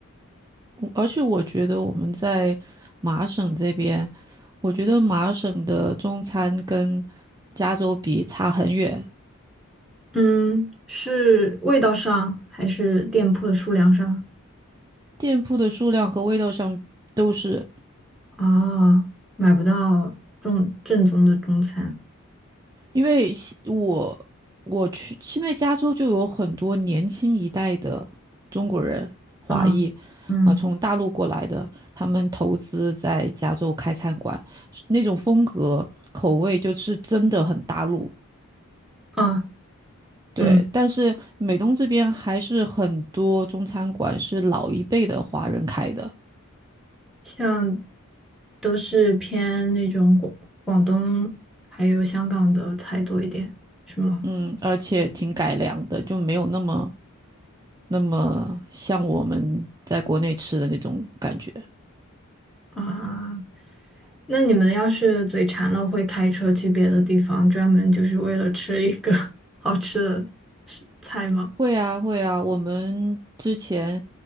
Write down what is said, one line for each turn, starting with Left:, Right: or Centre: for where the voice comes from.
Right: 而且我觉得我们在麻省这边，我觉得麻省的中餐跟加州比差很远，
Centre: 嗯，是味道上还是店铺的数量上？
Right: 店铺的数量和味道上都是，
Centre: 啊，买不到正正宗的中餐
Right: 因为西我我去现在加州就有很多年轻一代的中国人华裔
Centre: 啊，嗯
Right: 啊、从大陆过来的，他们投资在加州开餐馆，那种风格口味就是真的很大陆。
Centre: 啊
Right: 对，
Centre: 嗯，
Right: 但是美东这边还是很多中餐馆是老一辈的华人开的，
Centre: 像都是偏那种广广东还有香港的菜多一点，是吗？
Right: 嗯，而且挺改良的，就没有那么那么像我们在国内吃的那种感觉。
Centre: 啊，那你们要是嘴馋了，会开车去别的地方，专门就是为了吃一个 <laughs> 好吃的食菜吗？
Right: 会啊，会啊，我们之前，